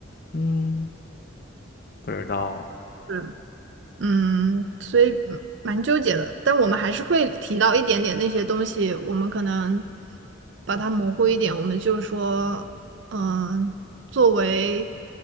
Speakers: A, on the left; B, on the right.
A: 嗯，不知道。
B: 嗯。嗯，所以嗯蛮纠结的，但我们还是会提到一点点那些东西，我们可能把它模糊一点，我们就说，嗯，作为